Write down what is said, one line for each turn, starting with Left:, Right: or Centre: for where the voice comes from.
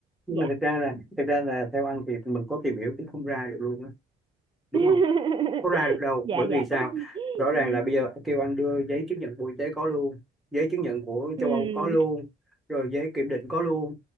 Centre: nhưng
Right: dạ
Centre: mà thực ra là thực ra là theo anh thì mình có tìm hiểu cũng không ra được luôn á đúng
Right: <laughs>
Centre: không có ra được đâu
Right: dạ
Centre: bởi vì
Right: dạ
Centre: sao
Right: tốt
Centre: rõ ràng
Right: ừ
Centre: là bây giờ kêu anh đưa giấy chứng nhận bộ y tế có luôn giấy chứng nhận của
Right: ừ
Centre: châu Âu có luôn rồi giấy kiểm định có luôn